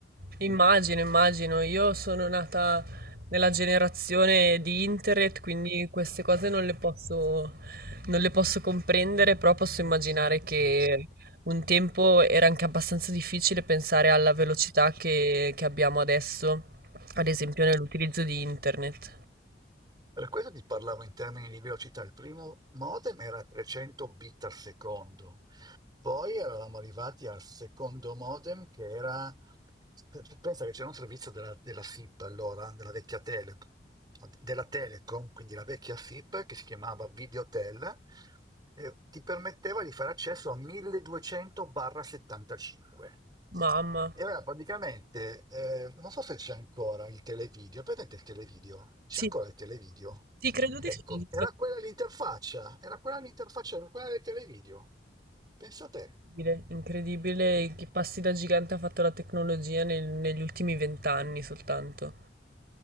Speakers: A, on the right (about 25°); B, on the right (about 60°).
A: Mm.
B: Immagino, immagino, io sono nata nella generazione di internet, quindi queste cose non le posso, non le posso comprendere, però posso immaginare che un tempo era anche abbastanza difficile pensare alla velocità che, che abbiamo adesso, ad esempio nell'utilizzo di internet.
A: Per questo ti parlavo in termini di velocità. Il primo modem era 300 bit al secondo. Poi eravamo arrivati al secondo modem che era, pensa che c'era un servizio della, della SIP allora, della vecchia Tele, della Telecom, quindi la vecchia SIP che si chiamava Videotel e ti permetteva di fare accesso a 1200/75.
B: Mamma,
A: E allora praticamente, eh, non so se c'è ancora il televideo, è presente il televideo? C'è
B: sì,
A: ancora il televideo?
B: sì, credo
A: Ecco,
B: di sì.
A: era quella l'interfaccia, era quella l'interfaccia, era quella del televideo. Pensa a te.
B: Incredibile, incredibile che passi da gigante ha fatto la tecnologia nel- negli ultimi vent'anni soltanto.